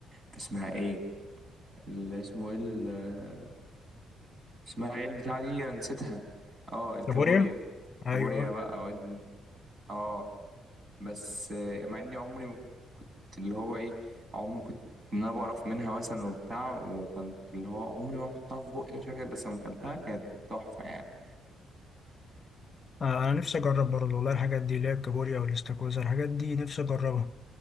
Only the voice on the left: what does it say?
كابوريا
ايوه
آه، انا نفسي اجرب برضه والله الحاجات دي اللي هي الكابوريا والاستاكوزا الحاجات دي نفسي اجربها